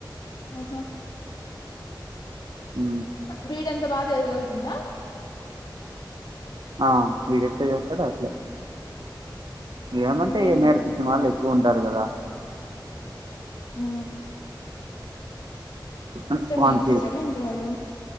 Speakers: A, on the left (about 60°); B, on the right (about 70°).
A: ఓహో
B: మ్
A: వీడంత బా చదవగలుగుతుందా?
B: ఆ వీడెట్ట చేస్తాడో అట్లే ఏమన్నంటే
A: మ్మ్
B: ఇగ
A: ఏంలే
B: నేర్పించిన వాళ్ ఎక్కువుంటారు కదా!
A: మ్
B: మ్ వానికి,
A: నేర్పించాడా ఏంటి వాడు